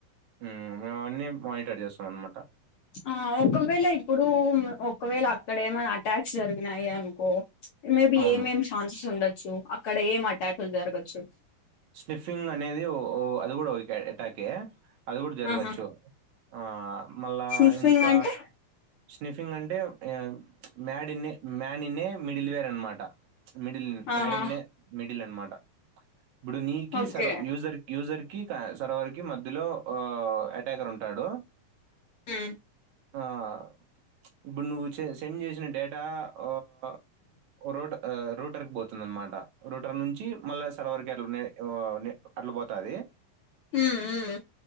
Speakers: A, on the right (about 65°); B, on the left (about 60°).
A: హ్మ్. మేమవన్నీ మానిటర్ చేస్తామనమాట.
B: ఆ ఒకవేళ ఇప్పుడు ఒకవేళ అక్కడ ఏమైన్నా అటాక్ జరిగినాయి అనుకో, మేబి
A: అవును.
B: ఏమేం ఛాన్సెస్ ఉండొచ్చు. అక్కడ ఏం అటాకులు జరగచ్చు
A: స్నిఫింగ్ అనేది ఓ ఓ అది కూడా ఒక ఎటాకే అది గూడా జరగచ్చు
B: ఆహా
A: ఆ మళ్ళా
B: స్నిఫింగ్
A: ఇంకా
B: అంటే
A: స్నిఫింగ్ అంటే ఏయా ప్చ్ మ్యాడిన్నే మ్యానిన్నే మిడిల్వేర్ అన్నమాట ప్చ్ మిడిల్
B: ఆహా
A: మ్యాడిన్నే మిడిల్ అన్నమాట ఇప్పుడు నీకే
B: ఓకే
A: సర్వ్ యూజర్ యూజర్ కి సర్వర్కి మధ్యలో ఆ అటాకర్ ఉంటాడు
B: ఉహ్
A: ఆ ప్చ్ ఇప్పుడు నువ్వు సె సెండ్ చేసిన డేటా ఓ ఆ ఓరోడ్ ఆ రూటర్ కి పోతుంది అన్నమాట. రూటర్ నుంచి మళ్ళా సరవర్ గేర్లనే ఏవో అట్లు పోతది
B: ఉమ్ ఉమ్